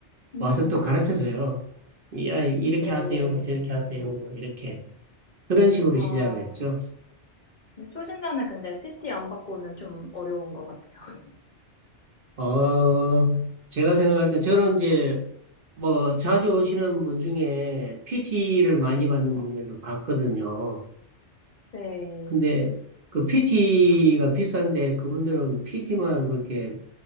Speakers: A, on the left; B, on the right.
A: 음,
B: 와서 또 가르쳐 줘요. 야, 이렇게
A: 네.
B: 하세요. 뭐 저렇게 하세요. 뭐 이렇게. 그런 식으로
A: 아,
B: 시작을 했죠.
A: 근데 초심자는 근데 PT 안 받고는 좀 어려운 것 같아요. <laughs>
B: 어, 제가 생각할 때 저는 이제 뭐 자주 오시는 분 중에 PT를 많이 받는 분들도 봤거든요.
A: 네.
B: 근데 그 PT가 비싼데 그분들은 PT만 그렇게